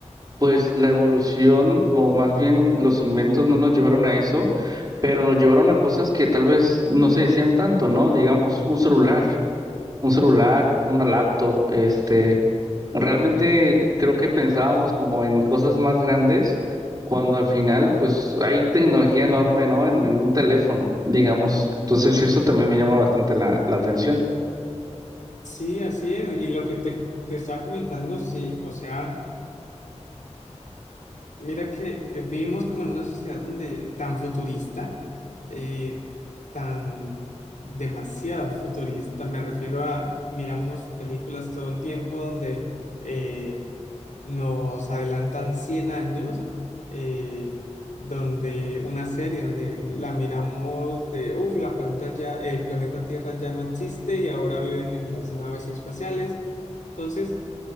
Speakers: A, on the right; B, on the left.
A: pues, la evolución o más bien los inventos no nos llevaron a eso, pero nos llevaron a cosas que tal vez no se decían tanto, ¿no? Digamos, un celular un celular, una laptop, este, realmente creo que pensábamos como en cosas más grandes, cuando al final pues hay tecnología enorme, ¿no? En, en un teléfono, digamos. Entonces eso también me llama bastante la, la atención.
B: Sí, así es. Y lo que te, te estaba comentando, sí, o sea... Mira que eh, vivimos como en una sociedad donde tan futurista, eh, tan demasiado futurista, me refiero a, miramos películas todo el tiempo donde eh, nos adelantan 100 años, eh, donde una serie donde la miramos de, uff, la planeta ya, el planeta Tierra ya no existe y ahora viven en las naves espaciales. Entonces,